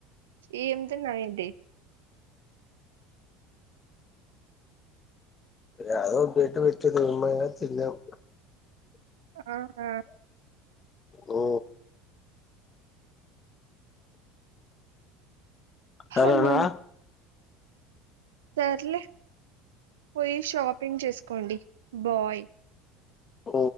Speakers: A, on the right; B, on the left.
A: ఎం తిన్నావ్ ఏంటి
B: అదయాదో బయట పెట్టిండ మా అమ్మయ్య తిన్నాం
A: ఆహా
B: ఓ సరేనా
A: అయ్యం సర్లే పోయి షాపింగ్ చేసుకోండి బాయ్
B: ఓ